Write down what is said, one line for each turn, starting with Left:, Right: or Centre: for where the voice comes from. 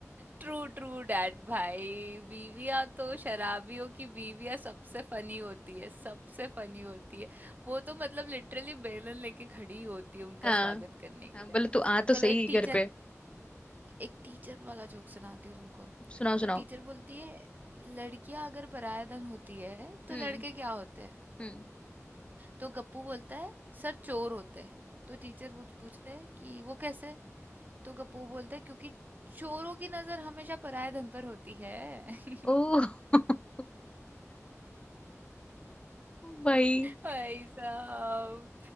Right: ट्रू ट्रू डैड भाई बीवियां तो शराबियों की बीवियां सबसे फनी होती है सबसे फनी होती है वो तो मतलब लिटरली बेलन लेके खड़ी होती है उनका
Left: हाँ
Right: स्वागत करने
Left: हाँ
Right: के लिए
Left: बोले तू आ तो
Right: चलो
Left: सही
Right: एक टीचर
Left: घर पे
Right: एक टीचर वाला जोक सुनाती हूँ तुमको
Left: सुनाओ
Right: तो
Left: सुनाओ
Right: टीचर बोलती है लड़कियां अगर पराया धन होती है तो
Left: हम्म
Right: लड़के क्या होते हैं
Left: हम्म
Right: तो गप्पू बोलता है सर चोर होते हैं तो टीचर पूछते हैं कि वो कैसे तो कपूर बोलता है क्योंकि चोरों की नजर हमेशा पराये धन पर होती है <laughs>
Left: ओह <laughs> भाई
Right: भाई साहब